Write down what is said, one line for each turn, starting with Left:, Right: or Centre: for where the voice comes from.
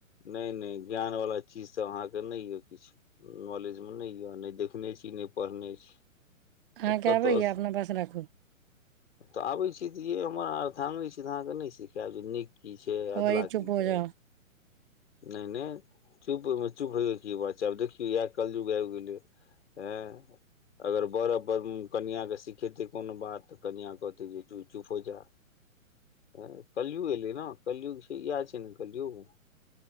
Left: नहि नहि ज्ञान वाला चीज त अहाँके नहि यए किछु नॉलेजमे नहि यए नहि देखने छी नहि पढ़ने छी
Right: अहाँके
Left: तऽ कतऽसँ
Right: आबैया अपना पास राखू
Left: तऽ आबै छी त य हम हमर अर्धांगिनी छी तऽ अहाँके नहि सिखायब जे नीक की छै
Right: कहै
Left: अधला की
Right: चुप हो
Left: छै
Right: जाउ
Left: नहि नहि चुप ओहिमे चुप होयके की बात छै आब देखियौ इएह कलयुग आबि गेलै एँ अगर बर ब कनिआँकेँ सिखेतै कोनो बात तऽ कनिआँ कहतै जे चुप चुप हो जा एँ कलयुग एयलै ने कलयुग छै इएह छै ने कलयुग